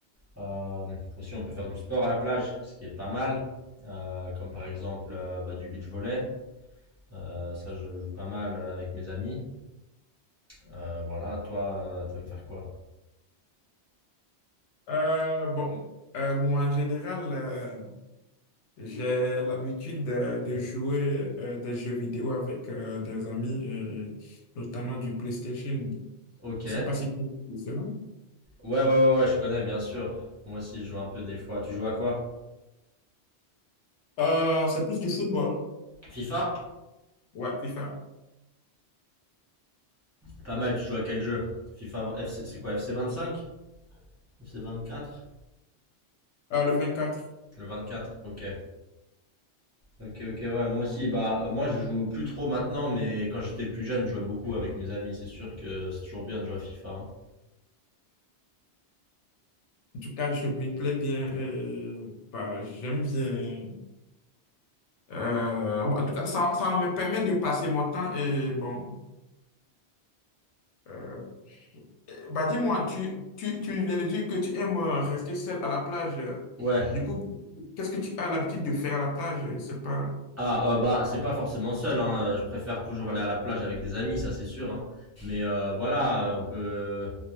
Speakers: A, on the right; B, on the left.
A: Euh, aussi, on peut faire du sport à la plage, ce qui est pas mal. Euh, comme par exemple euh, bah, du beach volley. Euh, ça, je joue pas mal euh, avec mes amis. Euh, voilà, toi, euh, t'aimes faire quoi?
B: Euh, bon, euh, moi en général, euh, j'ai l'habitude de, de jouer euh, des jeux vidéo avec euh, des amis, et notamment du PlayStation.
A: Ok.
B: Je
A: Ouais,
B: sais pas si tu connais cela.
A: ouais, ouais, ouais, je connais, bien sûr. Moi aussi, je joue un peu des fois. Tu joues à quoi?
B: Euh, c'est plus du football.
A: FIFA?
B: Ouais, FIFA.
A: Pas mal, tu joues à quel jeu? FIFA, FC, c'est quoi? FC 25? FC 24.
B: Euh, le quatre
A: Le 24. ok. Ok, ok, ouais, moi aussi, bah, euh, moi je joue plus trop maintenant, mais quand j'étais plus jeune, je jouais beaucoup avec mes amis. C'est sûr que c'est toujours bien de jouer à FIFA, hein.
B: En tout cas, je m'y plais bien et bah, j'aime bien. Euh, bon, en tout cas, ça, ça me permet de passer mon temps et bon. euh, Bah dis-moi, tu, tu, tu viens de dire que tu aimes euh, rester seul à la plage. euh.
A: Ouais,
B: Du coup, qu'est-ce que tu as l'habitude de faire à la plage? Je sais pas.
A: Ah euh, bah c'est pas forcément seul hein. je préfère toujours aller à la plage avec des amis ça c'est sûr hein. mais euh, voilà on peut